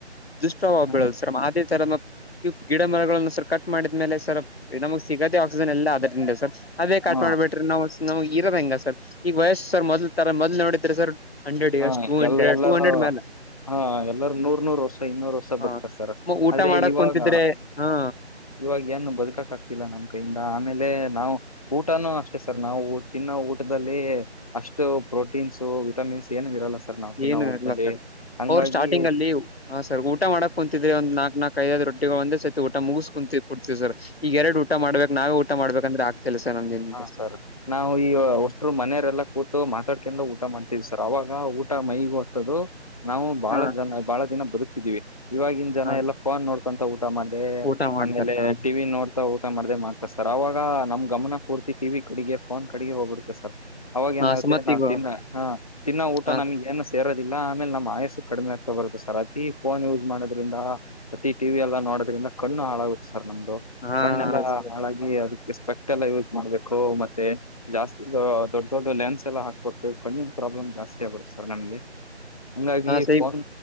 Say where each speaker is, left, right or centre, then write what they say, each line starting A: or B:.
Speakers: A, on the left; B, on the left.
A: ದುಷ್ಟವ
B: ಹ್ಮ
A: ಬೆಳೋದು ಸರ್ ಮಾತೇ ತರ ಇ ಗಿಡ ಮರಗಳನ್ನು ಸರ್ ಕಟ್ ಮಾಡಿದ್ಮೇಲೆ ಸರ್ ನಮಗೆ ಸಿಗದೇ ಆಕ್ಸಿಜನ್ ಎಲ್ಲಾ ಅದರಿಂದ ಸರ್ ಅದೇ ಕಟ್
B: ಹಾ
A: ಮಾಡ್ಬ ಬಿಟ್ರ ನಾವ ನಮಗ್ ಇರದ ಹಂಗ ಸರ್ ಈಗ ವಯಸ್ಸ ಸರ್ ಮೊದಲ್ ತರ ಮೊದ್ ನೋಡಿದ್ರರಿ ಸರ್ ಹಂಡ್ರೆಡ್ ಇಯರ್ಸ್
B: ಹಾ
A: ಟೂ ಹಂಡ್ರೆಡ್
B: ಎಲ್ಲ ಎಲ್ಲಾರೂ
A: ಟೂ ಹಂಡ್ರೆಡ್ ಮೇಲೆ
B: ಹಾ ಎಲ್ಲರೂ ನೂರ್ ನೂರ್ ವರ್ಷ ಇನ್ನೂರು ವರ್ಷ
A: ಹಾ
B: ಬದುಕರ್ತರ್
A: ಊಟ
B: ಆದ್ರೆ
A: ಮಾಡಕ್
B: ಇವಾಗ
A: ಕುಂತಿದ್ರೆ ಹಾ
B: ಇವಾಗ ಏನು ಬದುಕಕ್ ಆಗ್ತಿಲ್ಲಾ ನಮ್ ಕೈಯಿಂದ ಆಮೇಲೆ ನಾವು ಊಟನೂ ಅಷ್ಟೆ ಸರ್ ನಾವು ತಿನ್ನೋ ಊಟದಲ್ಲಿ ಅಷ್ಟು ಪ್ರೋಟೀನ್ಸ ವಿಟಮಿನ್ಸ್ ಏನು ಇರಲ್ಲ ಸರ್ ನಾವು ತಿನ್ನೋ
A: ಏನು
B: ಊಟದಲ್ಲಿ
A: ಇರಲ್ಲ ಸರ್
B: ಹಂಗಾಗಿ
A: ಅವರು ಸ್ಟಾರ್ಟಿಂಗ್ ಅಲ್ಲಿ ಹಾ ಸರಿ ಊಟ ಮಾಡಕ್ ಕುಂತಿದ್ರೆಂದ ನಾಕ್ ನಾಕಕ್ ಐದದು ರೊಟ್ಟಿ ಒಂದ ಸಹತಿ ಊಟ ಮುಗಿಸಸ್ ಕುಂತ ಸರ್ ಈಗ ಎರಡು ಊಟ ಮಾಡ್ಬೇಕು ನಾವೇ ಊಟ ಮಾಡ್ಬೇಕಂದ್ರೆ ಆಗ್ತ ಇಲ್ಲ ಸರ್ ನಮ್ಮಿಂದ
B: ಹಾ ಸರ್ ನಾವು ಈ ಅಷ್ಟ ಮನೆಯರೆಲ್ಲಾ ಕೂತು ಮಾತಾಡ್ಕಂಡ ಊಟ ಮಾಡ್ತಿದವಿ ಸರ್ ಅವಾಗ ಊಟ ಮೈಗ ಹೊತದು ನಾವು ಬಹಳ
A: ಹಾ
B: ಜನ ಬಹಳ ದಿನ ಬದುಕ್ತಿದೀವಿ ಇವಾಗಿನ ಜನ
A: ಹಾ
B: ಎಲ್ಲ ಫೋನ್ ನೋಡ್ಕೊಂತಾ ಊಟ ಮಾಡ್ದೆ
A: ಊಟ ಮಾಡ್ತಾರ
B: ಆಮೇಲೆ
A: ಹಾ
B: ಟಿವಿ ನೋಡ್ತಾ ಊಟ ಮಾಡ್ದೆ ಸರ್ ಅವಾಗ ನಮ್ ಗಮನ ಪೂರ್ತಿ ಟಿ ವಿ ಕಡೆಗೆ ಫೋನ್ ಕಡೆಗೆ ಹೋಗ್ಬಿಡುತ್ತೆ ಸರ್ ಅವಾಗ
A: ಹಾ
B: ಏನಾಗುತ್ತೆ
A: ಸುಮತಿಗ
B: ನಾವ ತಿನ್ನ ಹ ತಿನ್ನೋ ಊಟ
A: ಹಾ
B: ನಮಗ್ ಏನ್ ಸೇರೋದಿಲ್ಲ ಆಮೇಲೆ ನಮ್ಮ್ ಆಯಸ್ಸು ಕಡಿಮೆ ಆಗ್ತಾ ಬರುತ್ತೆ ಸರ್ ಅತಿ ಫೋನ್ ಯೂಸ್ ಮಾಡೋದ್ರಿಂದ ಪ್ರತಿ ಟಿವಿ ಎಲ್ಲ ನೋಡೋದ್ರಿಂದ ಕಣ್ಣು ಹಾಳಾಗುತ್ತೆ ಸರ್ ನಮ್ದು
A: ಹಾ
B: ಕಣ್ಣೆಲ್ಲ
A: ಹಾ ಸರ್
B: ಅದಕ್ಕೆ ಸ್ಪೆಕ್ಟ್ ಎಲ್ಲ ಯೂಸ್ ಮಾಡ್ಬೇಕು ಮತ್ತೆ ಜಾಸ್ತಿ ದೊಡ್ಡ ದೊಡ್ ಲೆನ್ಸ್ ಎಲ್ಲ ಹಾಕ್ ಕಣ್ಣಿನ ಪ್ರಾಬ್ಲಮ್ ಜಾಸ್ತಿ ಆಗ್ಬಿಡು ಸರ್ ನಮಲ್ಲಿ ಹಂಗಾಗಿ
A: ಹಾ ಸ
B: ಫೋನ್